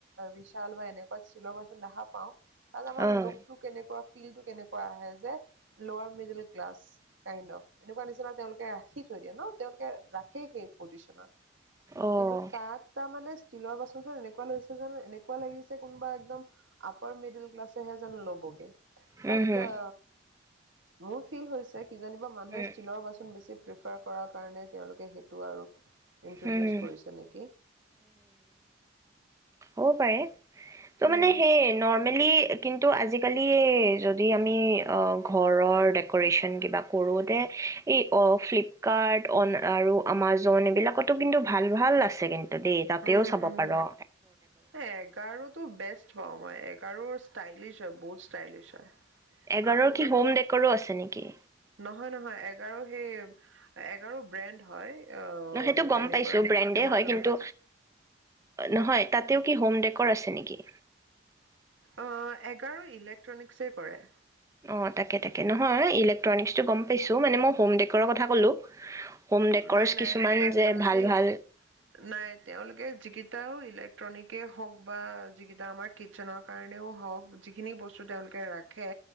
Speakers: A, on the right; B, on the right.
A: বিশাল বা এনেকুৱা ষ্টীলৰ বাচন দেখা পাওঁ তাত আমাৰ
B: অ',
A: লোকটো কেনেকুৱা বিল টো কেনেকুৱা আহে যে লোৱাৰ মৃদুল কলাচ কাইন্দ অফ ৰাখি থৈ দিয়ে ন তেওঁলোকে ৰাখেই সেই পজিচনত
B: অ',
A: কিন্তু তাত তাৰমানে ষ্টিলৰ বস্তুটো এনেকুৱা লৈছে যেন এনেকুৱা লাগিছে কোনোবা একদম আপাৰ মিডুল ক্লাছেহে যেন ল'বগে
B: উম,
A: বাত
B: হুম,
A: অ মোৰ ফিল হৈছে কিজানিবা মানুহে
B: উম,
A: ষ্টিলৰ বাচন বেছি প্ৰিফাৰ কৰাৰ কাৰণে তেওঁলোকে সেইটো আৰু ইন্ট্ৰডিউচ
B: হুম, হুম,
A: কৰিছে নেকি
B: ক' পাৰে ত'
A: উম
B: মানে সেই নৰ্মেলি কিন্তু আজি আজিকালি এই যদি আমি ঘৰৰ ডেকো'ৰেশ্যন কিবা কৰোঁতে এই ফ্লিপকাৰ্ট অন আৰু আমাজন এইবিলাকতো কিন্তু ভাল ভাল আছে কিন্তু তাতেই তাতেও
A: উম
B: চাব
A: উম
B: পাৰোঁ
A: এঘাৰোতো বেষ্ট পাওঁ ই এগাৰোৰ ষ্টাইলিছ হয় বহুত ষ্টাইলিছ হয়
B: এগাৰোৰ
A: আৰু
B: কি হোম ডেকৰো আছে নেকি
A: হয় নহয় এঘাৰো সেই এঘাৰো ব্ৰেণ্ড হয় অ
B: নহ সেইটো গম
A: এনেকুৱা
B: পাইছো ব্ৰেণ্ডে
A: এমাজনত
B: হয় কিন্তু নহয় তাতেও কি হোম ডেকৰ' আছে নেকি
A: অ এঘাৰো ইলেক্ট্ৰনিকছে কৰে
B: অ তাকে তাকে নহয় ইলেক্ট্ৰনিকচটো গম পাইছোঁ মানে মই হোম ডেকোৰৰ কথা ক'লো হোম ডেকৰছ
A: নাই নাই
B: কিছুমান
A: হাহ
B: যে
A: তাহাঁতেই
B: ভাল ভাল
A: নাই তেওঁলোকে যিকেইটাও ইলেক্ট্ৰনিকেই হওক বা যিকেইটা আমাৰ কিটচেনৰ কাৰণেও হওক যিখিনি বস্তু তেওঁলোকে ৰাখে